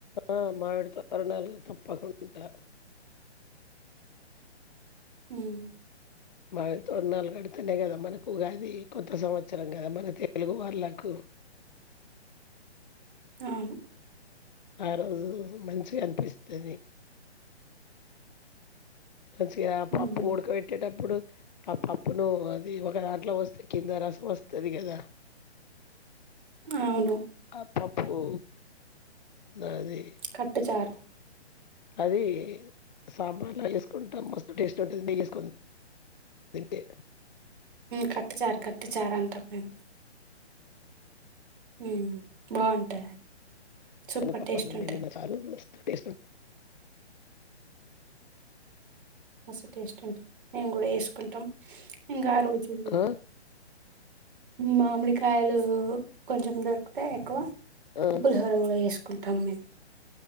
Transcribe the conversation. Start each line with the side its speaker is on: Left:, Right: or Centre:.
Left: ఆ మామిడి తోరణాలు తప్పకుండా
Right: మ్మ్
Left: మామిడి తోరణాలు కడితేనే కదా మనకు ఉగాది కొత్త సంవత్సరం కదా మన తెలుగు వాళ్లకు
Right: అవును
Left: ఆ రోజు మంచిగా అనిపిస్తది మంచిగా పప్పు
Right: మ్మ్
Left: ఉడక పెట్టేటప్పుడు అప్పుడు ఆ పప్పును అది ఒక దాంట్లో పొస్తే కింద రసం వస్తది కదా
Right: అవును
Left: ఆ పప్పు అది
Right: పప్పు చార్
Left: అది సాంబార్లా చేసుకుంటాం మస్తు టేస్ట్ ఉంటుంది నెయ్యి వేసుకుంటే తింటే
Right: పప్పు చారు పప్పు చారు అంటం మేము మ్మ్ బాగుంటది సూపర్
Left: శనగపప్పు
Right: టేస్ట్
Left: రెండేళ్ల
Right: ఉంటది
Left: చాలు టేస్ట్
Right: మస్తు టేస్ట్ ఉంటుంది మేము కూడా చేసుకుంటాం ఇంకా ఆ రోజు
Left: ఆ!
Right: మామిడికాయలు కొంచెం దొరుకుతాయి ఎక్కువ
Left: ఆ!
Right: పులిహోర కూడా చేసుకుంటాం మేము